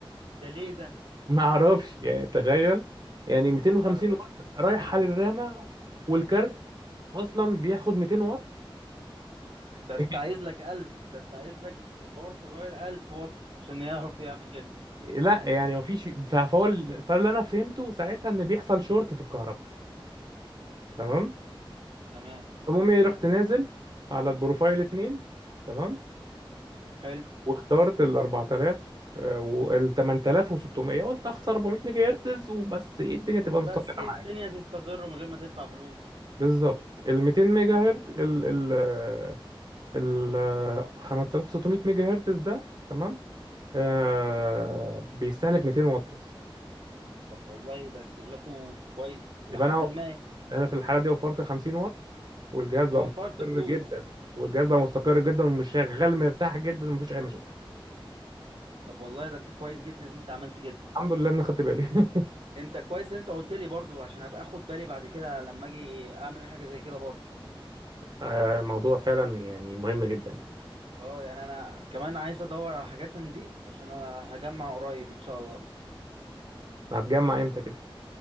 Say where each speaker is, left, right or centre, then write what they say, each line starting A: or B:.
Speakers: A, on the right; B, on the right.
A: ده ليه ده؟
B: ما اعرفش يعني تخيل يعني 250
A: ده
B: واط رايحه للرامه والكارت اصلا بياخد 200 واط
A: ده
B: <laughs>
A: انت عايز لك ألف ده انت عايز لك باور سبلاي 1000 واط عشان يعرف يعمل كده
B: لا يعني مفيش فهو ال- فاللي انا فهمته ساعتها ان بيحصل شورت في الكهرباء تمام
A: تمام
B: المهم إيه، رحت نازل على البروفايل 2 تمام
A: حلو
B: واخترت ال 4000 وال 8600 قلت اخسر 400 ميجا هرتز وبس ايه الدنيا تبقى مستقره
A: بس الدنيا
B: معايا
A: هتستقر من غير ما تدفع فلوس
B: بالظبط ال 200 ميجا هرتز ال ال ال آه، 5600 ميجا هرتز ده تمام آه بيستهلك 200 واط بس
A: طب والله ده استهلاكه كويس إلى
B: يبقى
A: حد
B: انا
A: ما يعني
B: انا في الحاله دي وفرت 50 واط والجهاز بقى
A: وفرت
B: مستقر
A: فلوس
B: جدا والجهاز بقى مستقر جدا ومش شغال مرتاح جدا ومفيش اي مشاكل
A: طب والله ده انت كويس جدا ان انت عملت كده
B: الحمد لله ان خدت بالي <laughs>
A: انت كويس ان انت قلت لي برضو عشان ابقى اخد بالي بعد كده لما اجي اعمل حاجة زي كده برضو
B: آه، الموضوع فعلا يعني مهم جدا يعني
A: اه يعني انا كمان عايز ادور على حاجات من دي عشان انا هجمع قريب ان شاء الله
B: هتجمع امتى كده